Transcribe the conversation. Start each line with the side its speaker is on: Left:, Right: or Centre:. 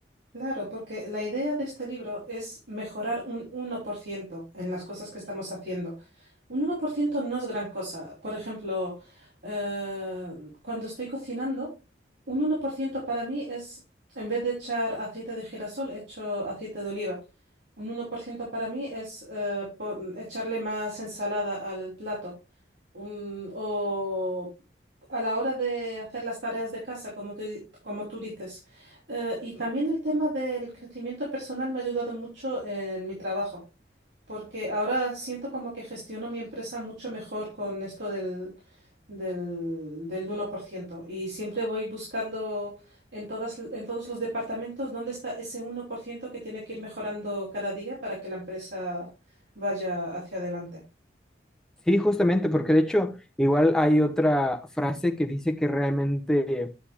Right: Claro, porque la idea de este libro es mejorar un uno por ciento en las cosas que estamos haciendo. Un uno por ciento no es gran cosa. Por ejemplo, eh, cuando estoy cocinando, un uno por ciento para mí es, en vez de echar aceite de girasol, echo aceite de oliva. Un uno por ciento para mí es eh, po- echarle más ensalada al plato un- o a la hora de hacer las tareas de casa, como tú, di- como tú dices. Eh, y también el tema del crecimiento personal me ha ayudado mucho en mi trabajo, porque ahora siento como que gestiono mi empresa mucho mejor con esto del, del, del uno por ciento Y siempre voy buscando en todas, en todos los departamentos dónde está ese uno por ciento que tiene que ir mejorando cada día para que la empresa vaya hacia adelante.
Centre: Sí, justamente, porque de hecho igual hay otra frase que dice que realmente